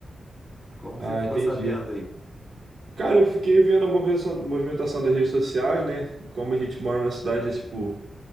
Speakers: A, in the centre; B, on the right.
A: Como
B: Ah,
A: que você ficou
B: entendi.
A: sabendo aí?
B: Cara, eu fiquei vendo a movimentação, movimentação das redes sociais, né? Como a gente mora numa cidade, tipo,